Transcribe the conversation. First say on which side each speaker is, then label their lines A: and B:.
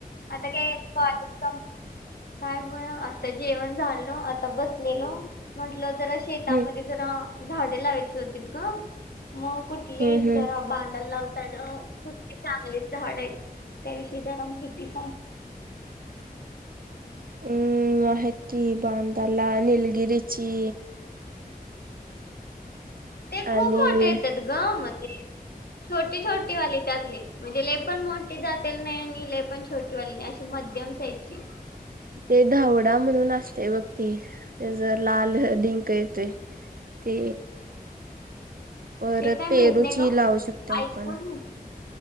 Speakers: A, on the left; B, on the right.
A: आता काय कॉलेज <unintelligible> काय बर आता जेवण झालं, आता बसलेलो म्हंटलं जरा शेतामध्ये
B: हम्म
A: जरा झाडं लावायची होती ग, मग कु घेतली
B: हम्म हम्म
A: जरा बांधाला लावताना कुठ चांगलीच झाड आहेत. त्याविषयी जरा माहिती सांग.
B: हम्म आहेत की बांदाला निलगिरीची
A: ते खूप
B: आणि
A: मोठे येतात ग, मधी छोटी छोटीवाली त्यातली. म्हणजे लई पण मोठी जातेल नाही आणि लई पण छोटी वाली नाही अशी मध्यम साईजची.
B: ते धावडा म्हणून असते बघ ती त्याज लाल डिंक येतोय ते परत
A: ते काय
B: पेरूची
A: माहित नाही ग
B: लावू शकतोय आपण
A: ऐकून माहित